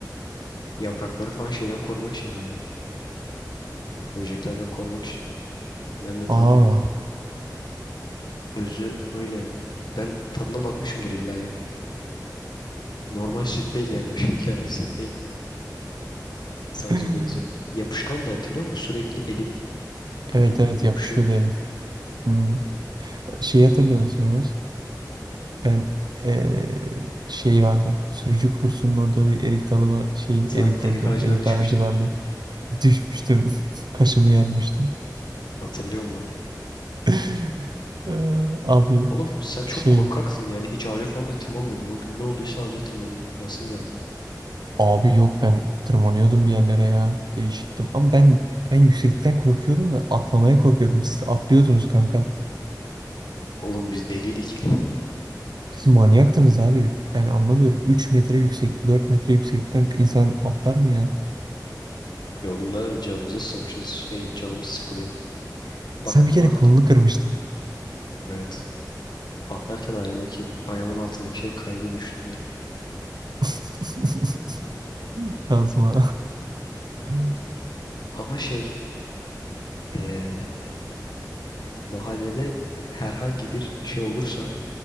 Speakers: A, on the left; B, on the right.
A: yaprakları falan şeyden korumak için galiba. Böceklerden korumak için. Ben de tam
B: Aa
A: bilmiyorum. Özü öyle yani. Ben tadına bakmışımdır illa ya. Normal süt değil yani o <laughs> şekerli süt değil. Sadece
B: <laughs>
A: benziyor. Yapışkan da hatırlıyor musun? Sürekli elin
B: evet
A: böyle
B: evet
A: yapışıyordu.
B: yapışıyordu elin. Hmm. Şeyi hatırlıyor musun Ömer? Ben eee, şey vardı. Sürücü kursunun orada bir erik dalı var. Şey
A: Sen
B: erik
A: erik
B: dalı diyorum.
A: ağacından
B: Erik
A: düşmüştün.
B: ağacı vardı. <laughs> Düşmüştüm. <laughs> Kaşımı yermiştim.
A: Hatırlıyorum
B: <laughs> Eee, abi
A: Oğlum sen çok
B: şey
A: korkaksın yani hiç ağaca falan da tırmanmıyordun. O gün ne olduysa ağaca tırmanasın geldi.
B: abi yok ben tırmanıyordum bir yerlere ya. Değişiktim. Ama ben ben yükseklikten korkuyordum da atlamaya korkuyordum. Siz atlıyordunuz kanka.
A: Oğlum biz deliydik.
B: Siz manyaktınız abi. Ben anlamıyorum. üç metre yüksek, 4 metre yükseklikten insan atlar mı ya?
A: E oğlum ne canımıza susamışız. Şey canımız sıkılıyor. Bak
B: Sen bir
A: mahallede.
B: kere kolunu kırmıştın.
A: Evet. Atlarken ayağımdaki ayağımın altındaki şey kaydı düştüm yere.
B: <laughs> Kazma. Hı
A: Ama şey eee, mahallede herhangi bir şey olursa